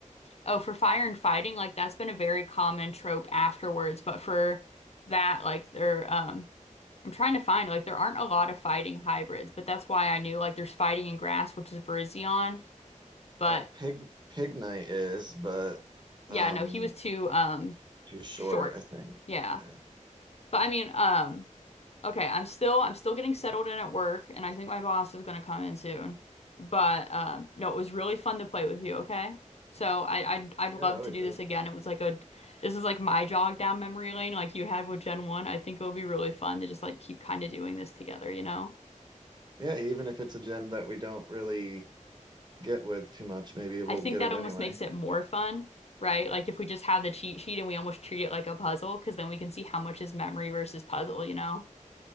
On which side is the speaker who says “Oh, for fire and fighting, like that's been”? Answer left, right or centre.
Left